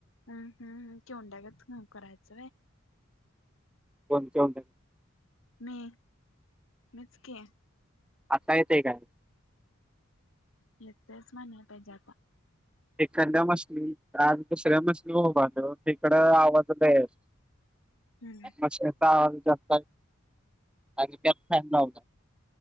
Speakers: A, on the left; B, in the centre.
A: हम् हम् चिवंड्यागत हम् करायचं वय.
B: कोण कोणडे.
A: मी मीच की.
B: असता येते काय?
A: येतयच म्हणल पाहिजे आता.
B: एखाद्या मशनी आज दुसऱ्या मशनी उभ <inaudible> तिकड आवाजच ये ना. <inaudible>
A: हम्म.
B: <unintelligible> चा आहज जास्त आहे आणि त्यात फ होत.